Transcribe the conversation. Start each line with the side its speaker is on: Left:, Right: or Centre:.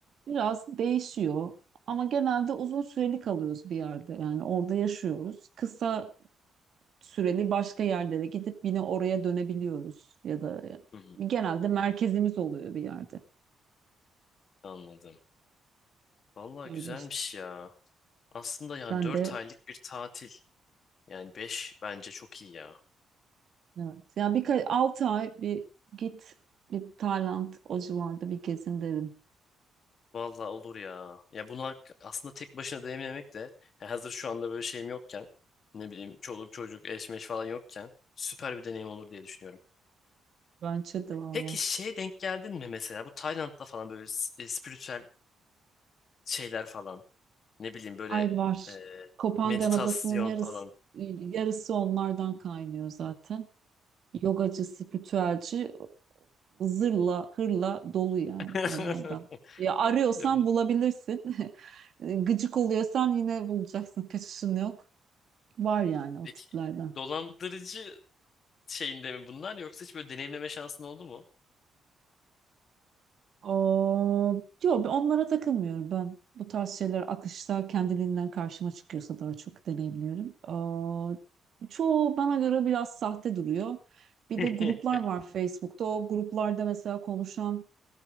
Right: biraz değişiyor. Ama genelde uzun süreli kalıyoruz bir yerde yani orada yaşıyoruz. Kısa süreli başka yerlere gidip yine oraya dönebiliyoruz ya da
Left: hı hı,
Right: e, genelde merkezimiz oluyor bir yerde.
Left: Anladım. Vallahi
Right: Öyle
Left: güzelmiş
Right: işte.
Left: ya. Aslında yani
Right: Sen
Left: 4
Right: de
Left: aylık bir tatil. Yani 5 bence çok iyi ya.
Right: Evet. Ya bir 6 ay bir git bir Tayland o civarda bir gezin derim.
Left: Vallahi olur ya. Ya bunu hak- aslında tek başına deneyimlemek de ya hazır şu anda böyle şeyim yokken ne bileyim çoluk çocuk eşmeş falan yokken süper bir deneyim olur diye düşünüyorum.
Right: Bence de valla.
Left: Peki şeye denk geldin mi mesela bu Tayland'da falan böyle s- e, spiritüel şeyler falan ne bileyim böyle
Right: Ay var.
Left: e,
Right: Kopangan
Left: meditasyon
Right: Adası'nın yarısı,
Left: falan.
Right: yarısı onlardan kaynıyor zaten. Yogacı, spiritüelci zırla, hırla dolu yani
Left: <laughs>
Right: onlardan. Ya arıyorsan
Left: Ya bu-
Right: bulabilirsin. <laughs> Gıcık oluyorsan yine bulacaksın. Kaçışın yok. Var yani o
Left: Peki
Right: tiplerden.
Left: dolandırıcı şeyinde mi bunlar yoksa hiç böyle deneyimleme şansın oldu mu?
Right: O, yok onlara takılmıyorum ben. Bu tarz şeyler akışta kendiliğinden karşıma çıkıyorsa daha çok deneyimliyorum. O, çoğu bana göre biraz sahte duruyor. Bir
Left: Hı.
Right: de gruplar
Left: <laughs>
Right: var Facebook'ta. O gruplarda mesela konuşan,